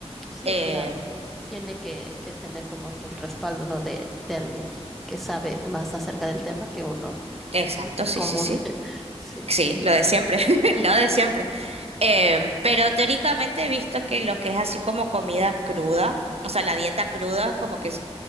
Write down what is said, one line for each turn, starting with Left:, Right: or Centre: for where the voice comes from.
Centre: Sí,
Right: Em,
Centre: claro. Tiene que, que tener como que el respaldo, ¿no? de, de alguien que sabe más acerca del tema que uno.
Right: exacto, sí,
Centre: común.
Right: sí, sí.
Centre: <laughs> Sí.
Right: Sí, lo de siempre, <laughs> lo de siempre. Em, pero teóricamente he visto que lo que es así como comida cruda, o sea, la dieta cruda es como que es,